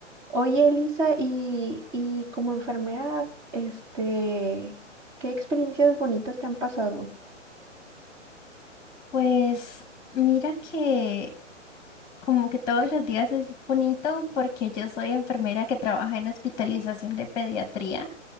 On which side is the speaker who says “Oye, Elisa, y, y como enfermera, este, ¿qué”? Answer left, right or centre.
Right